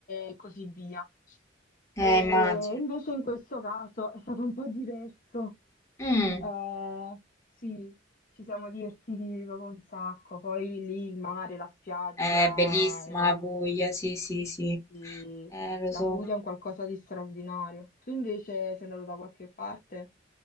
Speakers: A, on the left; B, on the left.
A: e così via. E
B: immagino.
A: invece in questo caso è stato un po' diverso.
B: Mm.
A: Eh, sì, ci siamo divertiti proprio un sacco. Poi lì il mare, la spiaggia,
B: È bellissima
A: eh,
B: la Puglia, sì, sì, sì.
A: sì,
B: Eh, lo
A: la
B: so.
A: Puglia è un qualcosa di straordinario. Tu invece sei andato da qualche parte?